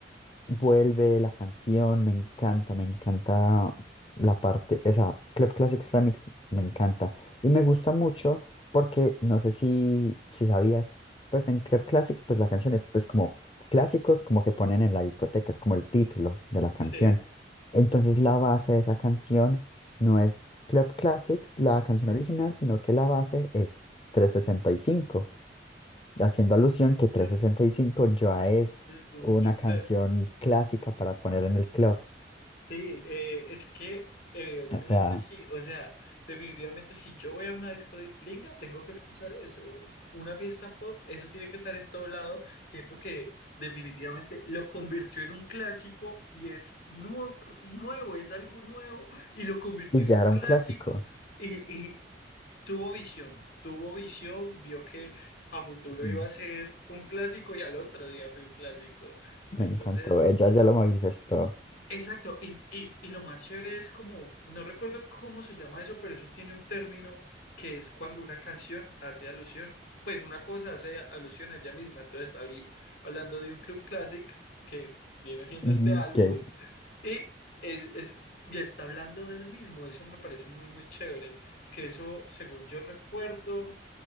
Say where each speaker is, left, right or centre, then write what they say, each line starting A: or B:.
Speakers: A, on the left; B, on the left.
A: Vuelve la canción, me encanta, me encanta la parte, esa Club Classics Remix, me encanta. Y me gusta mucho porque no sé si, si sabías, pues en Club Classics, pues la canción es pues como clásicos, como que ponen en la discoteca, es como el título de la canción.
B: Sí,
A: Entonces la base de esa canción no es Club Classics, la canción original, sino que la base es trescientos sesenta y cinco haciendo alusión que trescientos
B: es
A: sesenta y cinco, ya es
B: es un
A: una
B: Club
A: canción
B: Classic.
A: clásica para poner en el club.
B: Sí, eh, es que evidentemente
A: O sea,
B: sí, o sea, definitivamente si yo voy a una disco de gringa, tengo que escuchar eso. Una fiesta pop, eso tiene que estar en todo lado. Siento que definitivamente lo convirtió en un clásico y es nue- nuevo, es algo nuevo y lo convirtió
A: y
B: en
A: ya
B: un
A: era
B: clásico
A: un clásico.
B: y, y tuvo visión, tuvo visión, vio que a futuro
A: Mm.
B: iba a ser un clásico y al otro día fue un clásico.
A: Me
B: Entonces...
A: encantó, ella ya lo manifestó.
B: Exacto, y, y, y lo más chévere es como, no recuerdo cómo se llama eso, pero eso tiene un término que es cuando una canción hace alusión, pues una cosa hace alusión a ella misma, entonces abrí hablando de un club classic que viene siendo
A: Ujú,
B: este álbum
A: que-
B: y, es- es- y está hablando del mismo, eso me parece muy, muy chévere, que eso, según yo recuerdo,